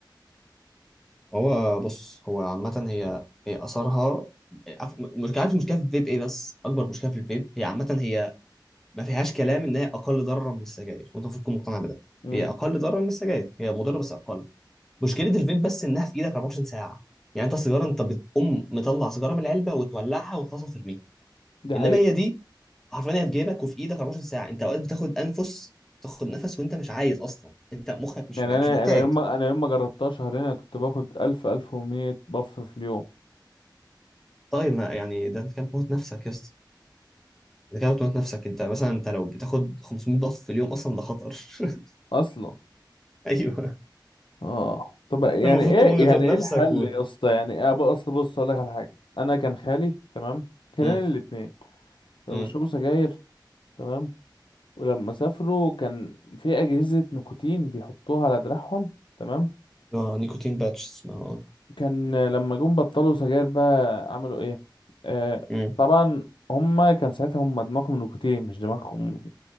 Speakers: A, in the centre; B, on the left.
A: هو بص هو عامة هي هي اثرها عارف- مش عارف المشكله في الفيب ايه بس اكبر مشكله في الفيب هي عامة هي ما فيهاش كلام ان هي اقل ضررا من السجاير وانت المفروض تكون مقتنع بده
B: امم
A: هي اقل ضررا من السجاير هي مضره بس اقل مشكله الفيب بس انها في ايدك 24 ساعه يعني انت السيجاره انت بتقوم مطلع سيجاره من العلبه وتولعها وتخلصها وترميها
B: دي حقيقة
A: انما هي دي حرفيا هي في جيبك وفي ايدك 24 ساعه انت اوقات بتاخد انفس تاخد نفس وانت مش عايز اصلا انت مخك مش
B: يعني
A: مش
B: انا
A: محتاج
B: انا يوم ما انا يوم ما جربتها شهرين انا كنت باخد 1000 1100 بف في اليوم
A: طيب ما يعني ده انت كده بتموت نفسك يا اسطى انت كده بتموت نفسك انت مثلا انت لو بتاخد 500 ضغط في اليوم اصلا ده خطر <laughs>
B: اصلا
A: ايوه
B: اه طب يعني
A: انت المفروض
B: ايه
A: تمونيتور
B: يعني ايه
A: نفسك
B: الحل
A: و
B: يا اسطى يعني ايه بقى اصل بص اقول لك على حاجه انا كان خالي تمام خلاني
A: امم
B: الاثنين كانوا
A: امم
B: بيشربوا سجاير تمام ولما سافروا كان في اجهزه نيكوتين بيحطوها على دراعهم تمام
A: اه نيكوتين باتش اسمها اه
B: كان لما جم بطلوا سجاير بقى عملوا ايه آه
A: امم
B: طبعا هما كان ساعتها هما دماغهم نيكوتين مش دماغهم